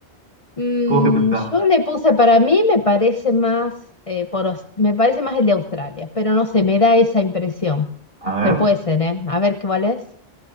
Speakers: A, on the left; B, on the right.
A: Mm,
B: ¿cómo es que pensás?
A: yo le puse, para mí me parece más, eh, por, Aus- me parece más el de Australia, pero no sé, me da esa impresión.
B: A ver.
A: Pero puede ser, ¿eh? A ver cuál es.